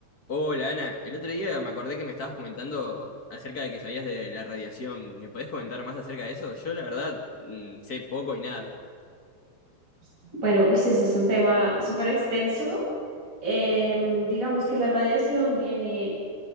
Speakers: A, on the left; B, on the right.
A: Hola Ana, el otro día me acordé que me estabas comentando acerca de que sabías de la radiación. ¿Me podés comentar más acerca de eso? Yo la verdad mm, sé poco y nada.
B: Bueno, uy, sí, eso es un tema súper extenso. Em, digamos que la radiación viene